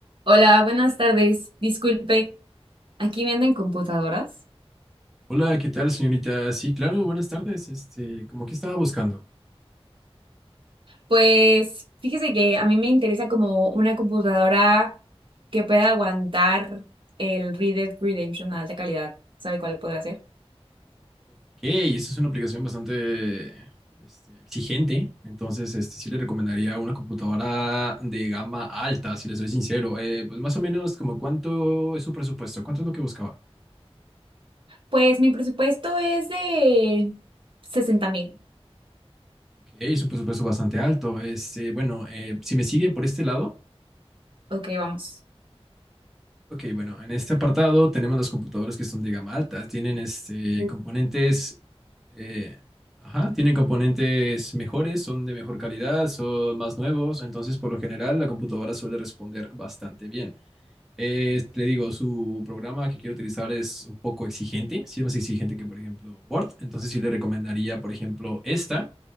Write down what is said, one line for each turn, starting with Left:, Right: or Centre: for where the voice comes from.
Right: Hola, buenas tardes. Disculpe, ¿aquí venden computadoras?
Centre: Hola, ¿qué tal, señorita? Sí, claro, buenas tardes. Este, ¿cómo que estaba buscando?
Right: Pues fíjese que a mí me interesa como una computadora que pueda aguantar el Red Dead Redemption a alta calidad. ¿Sabe cuál podrá ser?
Centre: Ok, esa es una aplicación bastante, este, exigente. Entonces, este, sí le recomendaría una computadora de gama alta, si le soy sincero. Eh, pues más o menos, como cuánto es su presupuesto, cuánto es lo que buscaba.
Right: Pues mi presupuesto es de sesenta mil.
Centre: Ok, es un presupuesto bastante alto. Este, bueno, eh, si me sigue por este lado.
Right: Ok, vamos.
Centre: Ok, bueno, en este apartado tenemos las computadoras que son de gama alta. Tienen este,
Right: Ok,
Centre: componentes, eh, ajá, tienen componentes mejores, son de mejor calidad, son más nuevos. Entonces, por lo general, la computadora suele responder bastante bien. Eh, le digo, su programa que quiero utilizar es un poco exigente, sí es más exigente que, por ejemplo, Word. Entonces sí le recomendaría, por ejemplo, esta,